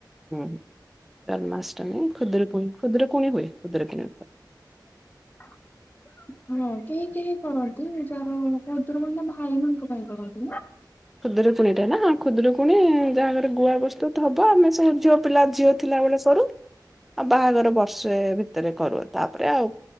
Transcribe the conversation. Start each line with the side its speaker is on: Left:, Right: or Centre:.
Centre: ହୁଁ ଜନ୍ମାଷ୍ଟମୀ ଖୁଦୁରୁକୁଣୀ ଖୁଦୁରୁକୁଣୀ ହୁଏ ଖୁଦୁରୁକୁଣୀ ଓଷା।
Left: <inaudible>
Centre: <inaudible>
Left: ହଁ କେହି କେହି କରନ୍ତି <unintelligible> ଖୁଦୁରୁକୁଣୀ ଟା ଭାଇମାନାଙ୍କ ପାଇଁ କରନ୍ତି ନା।
Centre: ଖୁଦୁରୁକୁଣୀ ଟା ନା ଖୁଦୁରୁକୁଣୀ ଯାହା ଘରେ ଗୁଆ <unintelligible> ହବ ଆମେ ସବୁ ଝିଅ ପିଲା ଝିଅ ଥିଲା ବଳେ ସରୁ ଆଉ ବାହାଘର ବର୍ଷେ ଭିତରେ କରୁ ତାପରେ ଆଉ